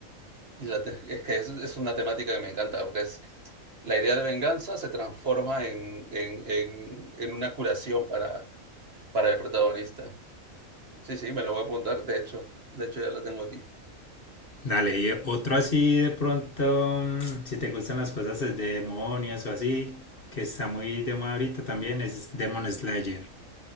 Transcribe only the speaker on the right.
La te es que es es una temática que me encanta, porque es la idea de venganza se transforma en en en en una curación para para el protagonista. Sí, sí, me lo voy a apuntar, de hecho de hecho ya la tengo aquí.